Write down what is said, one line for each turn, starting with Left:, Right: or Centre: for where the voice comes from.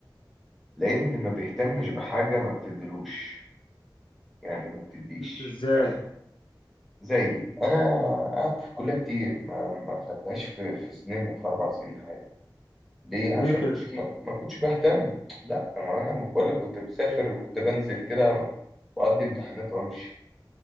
Centre: لأن اللي ما بيهتمش بحاجة ما بتدلوش يعني ما بتديش
Left: ازاي
Centre: آه، زي انا قعدت في الكليه كتير ما ما خدتهاش في في سنين في اربع سنين عادي ليه
Left: ليه
Centre: عشان
Left: كده
Centre: ما كنتش ما ما كنتش بهتم لا ما انا بقول لك كنت مسافر وكنت بنزل كده واقضي امتحانات وامشي